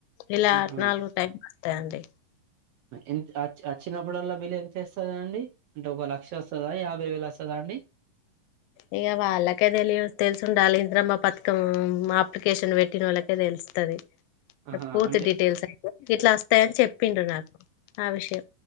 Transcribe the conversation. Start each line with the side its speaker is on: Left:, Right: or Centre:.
Left: ఇలా
Right: ఆహా
Left: నాలుగు టైం వస్తాయండి
Right: ఎంత వచ్చినప్పుడల్లా బిల్ ఎంత వస్తుందా అండి అంటే ఒక లక్షం వస్తుందా యాభై వేలు వస్తుందా అండి
Left: ఇక వాళ్ళక అదలి తెలుసు ఉండాలి ప్రథమ పథకం అప్లికేషన్ పెట్టిన వాళ్ళకే తెలుస్తుంది
Right: ఆహా
Left: పూర్తి
Right: అంటే
Left: డీటెయిల్స్ అ ఇట్లా వస్తాయని చెప్పిండడు నాకు ఆ విషయం